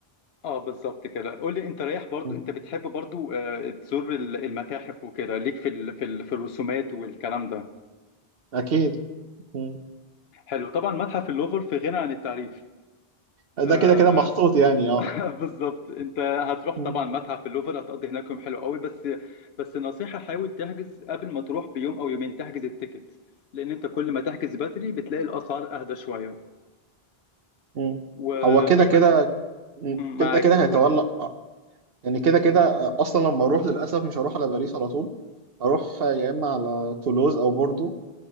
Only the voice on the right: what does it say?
مم.
اكيد مم.
ده
كده كده محطوط يعني اه
مم.
مم.
هو كده كده
مم.
كده كده هيتولى
آه. يعني كده كده آه، اصلا لما اروح للاسف مش هروح على باريس على طول هروح آه، يا اما على تولوز او بوردو